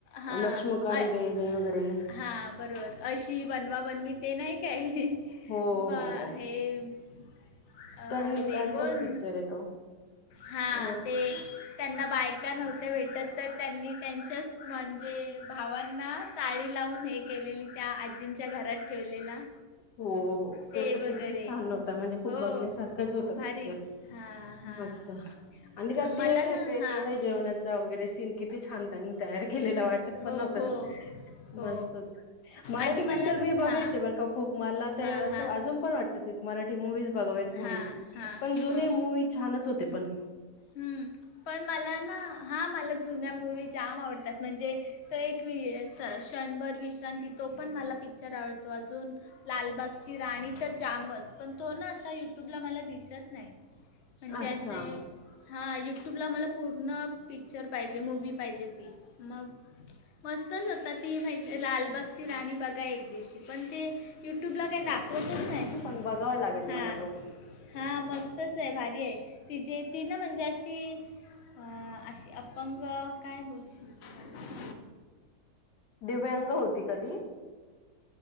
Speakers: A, on the left (about 50°); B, on the left (about 80°).
A: हा
B: अ लक्ष्मीकांत
A: अ-
B: बेर्डे वगैरे
A: हा बरोबर अशी बनवा बनवी ते नाही काय?
B: हो
A: बा
B: हो हो
A: हे अ
B: त्यां
A: ते
B: त्यांचाच
A: पण
B: पिक्चर आहे तो
A: हां
B: अ
A: ते त्यांना बायका नव्हत्या भेटत तर त्यांनी त्यांच्याच म्हणजे भावांना साडी लावून हे केलेली त्या आजींच्या घरात ठेवलेला
B: हो हो, तो
A: ते
B: तर किती
A: वगैरे
B: छान होता म्हणजे खूप
A: हो
B: बघण्यासारखंच होता
A: भारीच
B: पिक्चर.
A: हां हां
B: मस्त. आणि त्यात
A: हां मला
B: ते असे
A: ना
B: ते
A: हां
B: डोहाळे जेवणाचा वगैरे सीन किती छान त्यांनी तयार केलेला वाटत पण
A: हो
B: नव्हत
A: हो
B: ना?
A: हो
B: मस्त मराठी
A: आणि
B: पिक्चर
A: मला
B: मी बघायचे
A: हां
B: <unintelligible> खूप मला ते
A: हां
B: असे
A: हां
B: अजून पण वाट <unintelligible> मराठी मूवीज बघावेत म्हणून
A: हां हां
B: पण जुने
A: हो
B: मूवी छानच होते पण.
A: हम्म, पण मला ना हां मला जुन्या मूवी जाम आवडतात म्हणजे तो एक वि श-क्षणभर विश्रांती तो पण मला पिक्चर आवडतो अजून लालबागची राणी तर जामच पण तो ना आता यूट्यूबला मला दिसत नाही म्हणजे
B: अच्छा
A: असे हां यूट्यूबला मला पूर्ण पिक्चर पाहिजे मूवी पाहिजे ती मग मस्तच होता ती माहिते लालबागची राणी बघा एक दिवशी पण ते यूट्यूबला काय दाखवतच नाही.
B: बघावं लागेल.
A: हां
B: मला तो
A: हां मस्तच आहे भारी आहे तिचेे ती ना म्हणजे अशी अ अशी अपंग काय बोलू शकते.
B: दिव्यांग होती का ती?